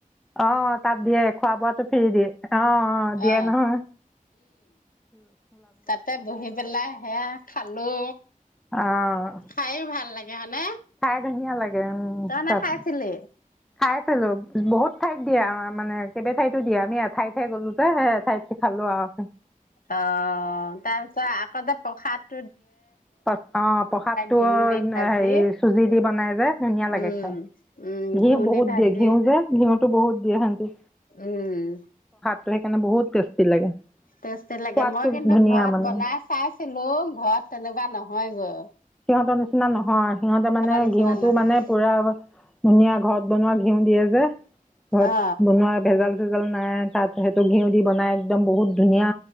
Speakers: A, in the centre; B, on the left.
A: অ, তাত দিয়ে খোৱা বোৱাটো ফ্ৰি দিয়ে । অ, দিয়ে
B: অ
A: নহয় ।
B: তাতে বহি পেলাই, সেয়া খালো
A: অঁ
B: খায়ে ভাল লাগে । সেয়ানে ।
A: খাই ধুনীয়া লাগে । উম,
B: নাখাইছিলি
A: তাত খাই চালো বহুত । ঠাইত দিয়া আ মানে কেইে ঠাইতো দিয়া। আমি এঠাই ঠাই গ'লো যে সেই ঠাইত খালো অহ।
B: অ তাৰপিছত আকৌতে প্ৰসাদ।
A: অ প্ৰসাদতটো
B: ঘিউ দি ভাজি
A: হেৰি চুজি দি বনাই যে ধুনীয়া লাগে
B: উম
A: খাই
B: উম
A: ঘিউ বহুত
B: দি ভাজি
A: দিয়ে ঘিউ যে ঘিউ। বহুত দিয়ে হেতি।
B: উম।
A: সেইকাৰণে বহুত টেষ্টি লাগে।
B: টেষ্টি লাগে
A: সোৱাদটো
B: মই কিন্তু
A: ধুনীয়া
B: ঘৰত
A: মানে
B: বনাই চাইছিলো ঘৰত তেনেকুৱা। কিবা নহয় জে।
A: সিহঁতৰ নিচিনা নহয় সিহঁতে মানে
B: নিচিনা
A: ঘিউতটো
B: নহয়
A: মানে পুৰা ধুনীয়া ঘৰত বনোৱা ঘিউ দিয়ে যে। ঘৰত
B: অ
A: বনোৱা ভেজাল চেজাল। তাত সেইটো ঘিউ দি বনাই একদম বহুত ধুনীয়া